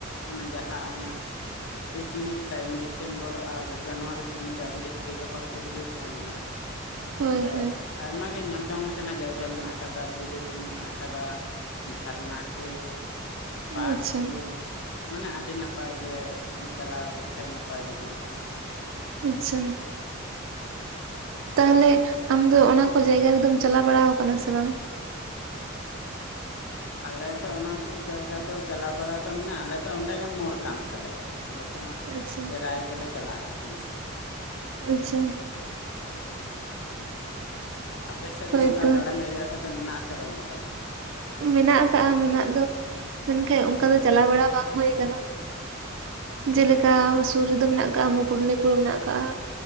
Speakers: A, on the left (about 70°); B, on the right (about 70°).
A: ᱚᱱᱟ ᱡᱟᱦᱟᱸ ᱚᱱᱟ ᱯᱤᱠᱱᱤᱠ ᱴᱟᱭᱤᱢ ᱰᱤᱥᱮᱢᱵᱚᱨ ᱟᱨ ᱡᱟᱱᱩᱣᱟᱨᱤ ᱥᱩᱢᱟᱹᱭ ᱫᱚ ᱟᱹᱰᱤ ᱡᱟᱹᱥᱛᱤ ᱜᱮ ᱦᱚᱲ ᱠᱚ ᱦᱤᱡᱩᱜ ᱛᱟᱦᱮᱱ ᱜᱮᱭᱟ
B: ᱦᱳᱭ
A: ᱚᱸᱰᱮ
B: ᱦᱳᱭ
A: ᱟᱭᱢᱟ ᱜᱮ ᱧᱮᱞ ᱡᱚᱝ ᱞᱮᱠᱟᱱᱟᱜ ᱡᱟᱭᱜᱟ ᱢᱮᱱᱟᱜ ᱟᱠᱟᱫᱟ ᱵᱩᱨᱩ ᱠᱚ ᱢᱮᱱᱟᱜ ᱟᱠᱟᱫᱟ ᱡᱷᱟᱨᱱᱟ ᱠᱚ ᱯᱟᱨᱠ
B: ᱟᱪᱪᱷᱟ
A: ᱠᱚ ᱢᱟᱱᱮ ᱟᱹᱰᱤ ᱱᱟᱯᱟᱭ ᱜᱮ ᱪᱟᱞᱟᱣ ᱞᱮᱠᱷᱟᱡ ᱱᱟᱯᱟᱭ ᱜᱮᱢ ᱵᱩᱡᱷᱟᱹᱣᱟ
B: ᱟᱪᱪᱷᱟ ᱛᱟᱦᱚᱞᱮ ᱟᱢ ᱫᱚ ᱚᱱᱟ ᱠᱚ ᱡᱟᱭᱜᱟ ᱨᱮᱫᱚᱢ ᱪᱟᱞᱟᱣ ᱵᱟᱲᱟ ᱟᱠᱟᱱᱟ ᱥᱮ ᱵᱟᱝ
A: ᱟᱞᱮ ᱫᱚ ᱚᱱᱟᱠᱚ ᱡᱟᱭᱜᱟ ᱫᱚ ᱪᱟᱞᱟᱣ ᱵᱟᱲᱟ ᱫᱚ ᱢᱟᱱᱮ ᱟᱞᱮ ᱫᱚ ᱚᱸᱰᱮ ᱜᱮ ᱢᱳᱲ ᱠᱟᱱ ᱛᱟᱞᱮᱭᱟ ᱟᱞᱮ ᱫᱚ
B: ᱟᱪᱪᱷᱟ
A: ᱯᱮᱨᱟᱭ ᱜᱮᱞᱮ ᱪᱟᱞᱟᱜ ᱛᱟᱦᱮᱸᱱᱟ
B: ᱟᱪᱪᱷᱟ
A: ᱟᱯᱮᱥᱮᱫ ᱫᱚ
B: ᱦᱳᱭᱛᱚ
A: ᱚᱱᱠᱟ ᱫᱟᱬᱟᱱ ᱡᱟᱭᱜᱟ ᱠᱚᱫᱚ ᱢᱮᱱᱟᱜ ᱟᱥᱮ ᱵᱟᱹᱱᱩᱜ ᱠᱟᱫᱟ
B: ᱢᱮᱱᱟᱜ ᱟᱠᱟᱜᱼᱟ ᱢᱮᱱᱟᱜ ᱫᱚ ᱢᱮᱱᱠᱷᱟᱱ ᱚᱱᱠᱟ ᱫᱚ ᱪᱟᱞᱟᱣ ᱵᱟᱲᱟ ᱵᱟᱝ ᱦᱳᱭ ᱠᱟᱱᱟ ᱡᱮᱞᱮᱠᱟ ᱥᱩᱨ ᱨᱮᱫᱚ ᱢᱮᱱᱟᱜ ᱟᱠᱟᱜ ᱢᱩᱠᱩᱴᱢᱩᱱᱤᱯᱩᱨ ᱢᱮᱱᱟᱜ ᱠᱟᱜᱼᱟ